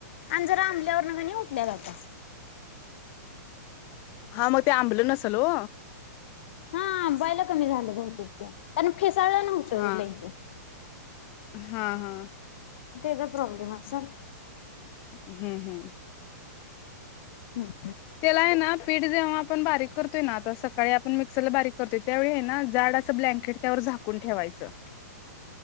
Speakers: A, on the left; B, on the left.
A: आणि जरा आंबल्यावरन कणी उठल्या आता. <inaudible>
B: हा मग ते आंबलं नसेल हो.
A: हा अंबायाला कमी झालं बहुतेक ते कारण फेसाळलं नव्हतं
B: हा
A: लइ ते.
B: हा हा.
A: त्याचा प्रॉब्लेम अस
B: हम्म हम्म.
A: हम्.
B: त्याला आहे ना पीठ जेव्हा आपण बारीक करतोय ना आता सकाळी चल बारीक करतोय त्यावेळी आहे ना जाड असं ब्लँकेट त्यावर झाकून ठेवायचं.